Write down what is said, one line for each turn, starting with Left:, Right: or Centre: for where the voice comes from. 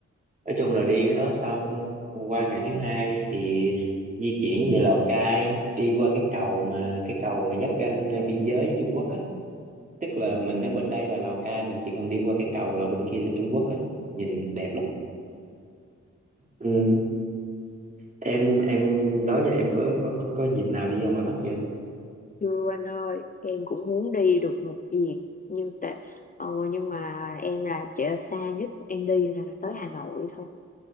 Right: nói chung là đi cái đó xong qua ngày thứ hai thì di chuyển về Lào Cai đi qua cái cầu mà cái cầu mà giáp ranh biên giới với Trung Quốc á tức là mình ở bên đây là Lào Cai mình chỉ cần đi qua cái cầu là bên kia là Trung Quốc á nhìn đẹp lắm ừ. em em đó giờ em có có có có dịp nào đi ra ngoài Bắc chưa
Left: Chưa anh ơi, em cũng muốn đi được một dịp nhưng tại ờ, nhưng mà em là chợ xa nhất em đi là tới Hà Nội thôi.